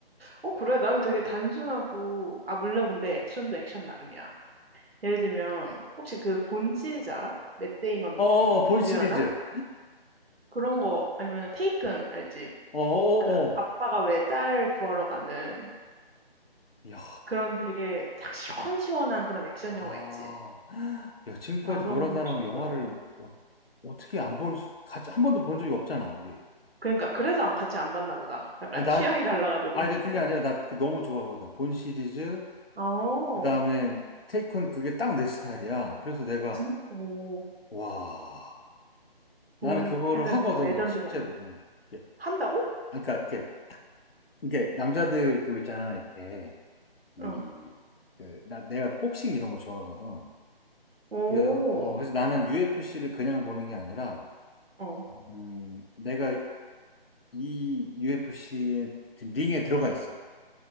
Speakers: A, on the right (about 75°); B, on the left (about 70°).
A: 어, 그래. 나는 되게 단순하고, 아, 물론 근데 액션도 액션 나름이야. 예를 들면, 혹시 그 본 시리즈 알아? 맷 데이먼이
B: 어어, 본
A: 주연한?
B: 시리즈.
A: 그런 거 아니면은 테이큰 알지?
B: 어 어어.
A: 그 아빠가 왜 딸 구하러 가는
B: 야,
A: 그런 되게 딱 시원시원한 그런 액션
B: 아,
A: 영화 있지.
B: 야, 지금까지
A: 아, 그런
B: 너랑
A: 거
B: 나랑
A: 재밌더라고.
B: 영화를 어, 어떻게 안 볼, 수- 같이 한 번도 본 적이 없잖아, 우리.
A: 그러니까 그래서 안- 같이 안 봤나 보다. 약간
B: 아, 나,
A: 취향이 달라가지고.
B: 아니, 나 그게
A: 어.
B: 아니라 나 그 너무 좋아하거든. 본 시리즈,
A: 아오.
B: 그 다음에 테이큰 그게 딱 내 스타일이야. 그래서 내가,
A: 진, 오.
B: 와. 나는
A: 본
B: 그거를
A: 약간
B: 하거든,
A: 레전드잖아.
B: 실제로. 응. 이게,
A: 한다고?
B: 아, 그러니까 이게 이게 남자들 그거 있잖아, 이렇게 이
A: 어.
B: 그 나 내가 복싱 이런 거 좋아하거든.
A: 오.
B: 그래서 어 그래서 나는 UFC를 그냥 보는 게 아니라,
A: 어.
B: 음 내가 이 UFC의 링에 들어가 있어.